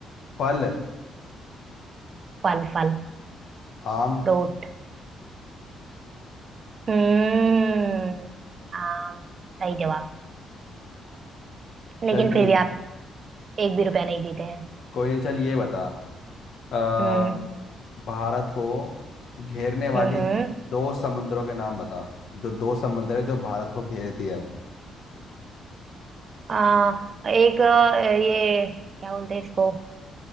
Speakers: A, on the left (about 65°); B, on the right (about 45°).
A: फल
B: फल फल
A: आम
B: फ्रूट हम्म आम सही जवाब लेकिन
A: चल ठीक
B: फिर भी
A: है
B: आप एक भी
A: को-
B: रुपया नहीं जीते हैं
A: कोई नहीं चल ये बता आ,
B: हम्म
A: भारत को घेरने वाली
B: हम्म
A: दो समुद्रों के नाम बता जो दो समुद्र है जो भारत को घेरती है
B: आ, एक अ, ये क्या बोलते हैं इसको